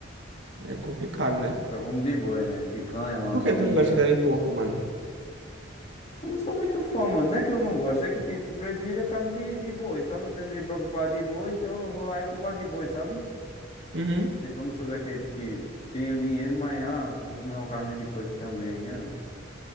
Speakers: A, on the right (about 65°); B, on the left (about 35°).
A: É complicado, né?
B: Só como de boi mesmo, picanha, maminha.
A: Por que tu não gosta da de porco, mano?
B: Eu não sou muito fã, mano. Não é que eu não gosto, é que tipo, prefiro a carne de, de boi, sabe? Eu tenho dinheiro pra culpar de boi, então eu vou lá e culpar de boi, sabe?
A: Uhum.
B: Tipo, eu não sou daquele que tem o dinheiro, mas ah, vou comer uma carne de porco também, não.